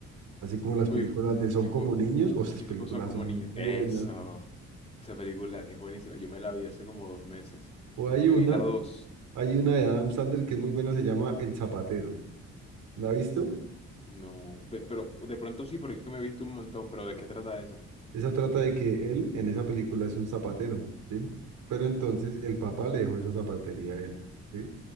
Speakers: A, on the right; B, on the left.
A: así como las
B: Uy,
A: películas de Son
B: tipo,
A: como niños, o esas
B: sí,
A: películas
B: tipo son como
A: son
B: niños.
A: buenas.
B: Eso. Esa película es buenísima. Yo me la vi hace como dos meses.
A: O hay
B: Me
A: una,
B: vi la dos.
A: hay una de Adam Sandler que es muy buena, se llama El Zapatero. ¿La ha visto?
B: No, ve- pero de pronto sí, porque es que me he visto un montón, pero ¿de qué trata esa?
A: Esa trata de que él en esa película es un zapatero, ¿sí? Pero entonces el papá le dejó esa zapatería a él, ¿sí?